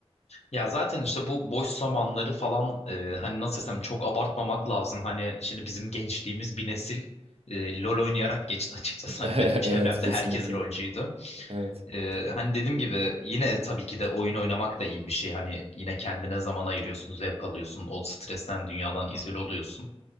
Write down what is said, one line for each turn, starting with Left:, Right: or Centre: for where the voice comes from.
Left: Ya zaten işte bu boş zamanları falan e, hani nasıl desem çok abartmamak lazım. Hani şimdi bizim gençliğimiz bir nesil e, LOL oynayarak geçti açıkçası.
Right: <laughs>
Left: Hani benim çevremde
Right: Evet kesinlikle
Left: herkes LOLcuydu.
Right: evet.
Left: Ee, hani dediğim gibi yine tabii ki de oyun oynamak da iyi bir şey. Hani yine kendine zaman ayırıyorsun, zevk alıyorsun, o stresten, dünyadan izole oluyorsun.